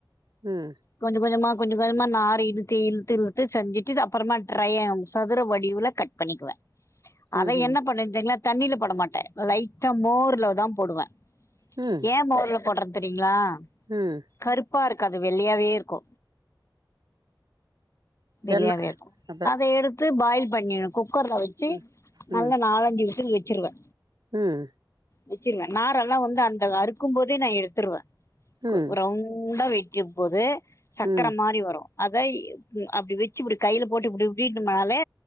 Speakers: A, on the right; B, on the left.
A: ம்
B: கொஞ்ச கொஞ்சமா கொஞ்ச கொஞ்சமா நார் இழுத்து இழுத்து இழுத்து செஞ்சுட்டு அப்புறமா ட்ரையா சதுர வடிவுல கட் பண்ணிக்குவே
A: ம்
B: அத
A: ம்
B: என்ன பண்னுவே தெரியுங்ளா தண்ணில போட மாட்டே லைட்டா மோர்லதா போடுவே
A: ம்
B: ஏ மோர்ல போட்ற தெரியுங்ளா
A: ம்
B: கருப்பா இருக்காது வெள்ளயாவே இருக்கு வெள்ளையாவே
A: என்ன
B: இருக்கு
A: அப்ப
B: அத எடுத்து பாயில் பண்ணிருவே குக்கர்ல வெச்சு
A: ம்
B: நல்லா
A: ம்
B: நாலஞ்சு விசில் வெச்சிருவே
A: ம்
B: வெச்சிருவே நாரெல்லா வந்து அந்த அறுக்கும்போதே நா எடுத்துருவே
A: ம்
B: ரவுண்டா வெட்ட போது சக்கர
A: ம்
B: மாரி வரு அத அப்டி வெச்சு இப்டி கைல போட்டு இப்டி இப்டிடுனாலே